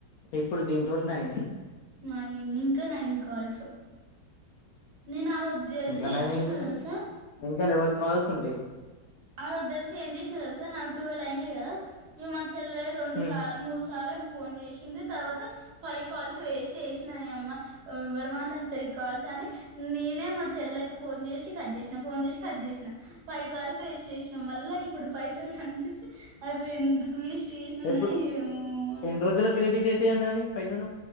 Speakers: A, on the left; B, on the right.
A: ఇప్పుడు దీన్తోటినే అయనా
B: నాయి ఇంకా నైన్ కాల్స్ నేను ఆ రోజు తెలిసి
A: ఇంకా నాయన్
B: ఏది చేసినా
A: ఎందుకుంటాయ్
B: తెలుసా
A: ఇంకా లేవన్ కాల్స్ ఉంటాయ్
B: ఆ వద్ తెల్సి ఏం చేసినా తెలుసా నాకు టువెల్వ్ అయినాయి కదా <unintelligible> చెల్లే రెండు
A: ఉమ్
B: సా మూడు సార్ లే ఫోన్ చేసింది తర్వాత ఫైవ్ కాల్స్ వేస్ట్ చేస్నై అమ్మ ఎరరు మాట్లాడితే ఈ కాల్స్ నేనే మా చెల్లకు ఫోన్ చేసి కట్ చేసిన ఫోన్ చేసి కట్ చేసిన ఫైవ్ కాల్స్ వె చేసినం వల్ల ఇప్పుడు పైసలు కనిపిస్తే మరి ఎందుకు వెస్ట్ చేసిన
A: ఎప్పుడు
B: ఏమో అని
A: ఎన్ని రోజుల క్రెడిట్ అయితాయి అంట అవి పైసలు